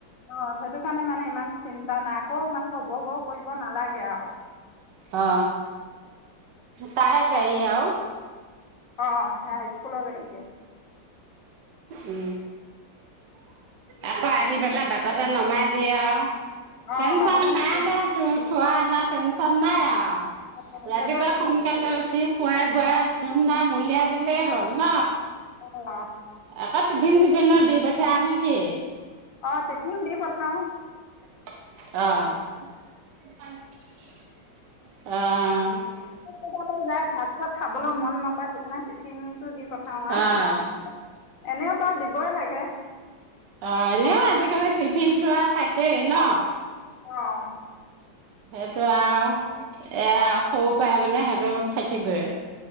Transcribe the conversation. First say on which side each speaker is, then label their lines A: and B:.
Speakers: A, on the left; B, on the right.
A: অ সেইটো কাৰণে মানে ইমান চিন্তা নাই আকৌ মাথব বৌ কৰিব নালাগে আৰু।
B: অ তাই গাই আও।
A: অ হাইস্কুলৰ গাই হে।
B: উ আকৌ আহি পেলাই বাটতে নমাই দিয়ে আৰু।
A: অঁ
B: টেনচন
A: বাটতে
B: নাই
A: নমাই
B: দে তোৰ থোৱাত। টেনচন নাই আৰু।
A: অঁ
B: ৰাতিপুৱা
A: সেইটো
B: সোনকালে উঠি খুৱাই পুৱাই ধুম ধাম উলিয়াই দিলেই হ'ল ন?
A: অহ
B: একে টিফিন চিফিনত দি পঠিয়াই নে কি?
A: অ টিফিন দি পঠাও।
B: অঅ অঅ।
A: <unintelligible> যায় ভাত খাবলৈ মন নকৰে সেইকাৰণে টিফিনটো দি পঠাও
B: অ
A: আৰ
B: অ অ
A: এনেও বা দিবই লাগে
B: অ এনেও আজিকালি টিফিন যৰা থাকেই ন
A: অহ
B: সেইটো আৰু এ সৰু পৰাই মানে সেইটো থাকিবয়ে